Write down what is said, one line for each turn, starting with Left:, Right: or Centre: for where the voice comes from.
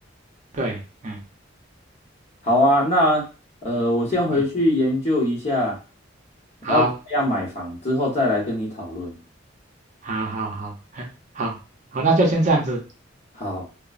Right: 对，哎，
Left: 好啊，那呃，我先回去研究一下
Right: 嗯嗯，好，
Left: 要怎么样买房，之后再来跟你讨论。
Right: 好，好，好，哎，好，好，那就先这样子。
Left: 好。